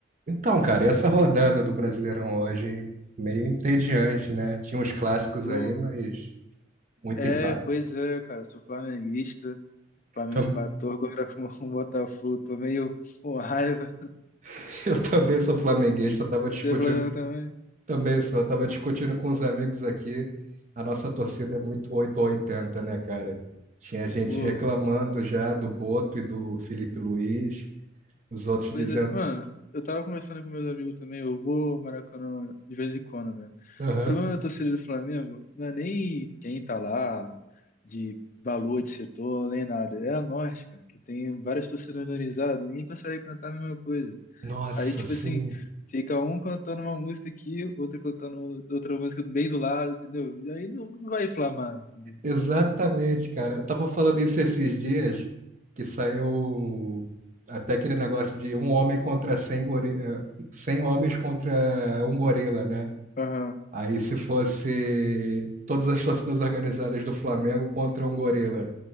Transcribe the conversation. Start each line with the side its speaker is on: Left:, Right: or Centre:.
Right: Então, cara, e essa rodada do Brasileirão hoje, hein? Meio entediante, né? Tinha uns clássicos
Left: Pô,
Right: aí, mas muito
Left: É,
Right: empate.
Left: pois é, cara, sou flamenguista. Flamengo
Right: Tam-
Left: empatou agora <laughs> com o Botafogo, tô meio com raiva.
Right: <laughs> Eu também sou flamenguista, tava discutindo,
Left: Você é Flamengo também?
Right: também sou, tava discutindo com os amigos aqui. A nossa torcida é muito 8 ou 80, né, cara? Tinha gente
Left: Pô,
Right: reclamando já do Boto e do Felipe Luiz, os outros dizendo,
Left: pois é, mano, eu tava conversando com meus amigos também, eu vou ao Maracanã de vez em quando, né? O
Right: aham,
Left: problema da torcida do Flamengo não é nem quem tá lá, de valor de setor, nem nada. É a nós, cara, que tem várias torcidas organizadas e ninguém consegue cantar a mesma coisa.
Right: Nossa,
Left: Aí, tipo
Right: sim,
Left: assim, fica um cantando uma música aqui, outro cantando out- outra música bem do lado, entendeu? E aí não não vai inflamar, entendeu?
Right: Exatamente, cara. Eu tava falando isso esses dias, que saiu até aquele negócio de um homem contra 100 gori... eh, 100 homens contra um gorila, né?
Left: Aham. <laughs>
Right: Aí se fosse todas as torcidas organizadas do Flamengo contra um gorila,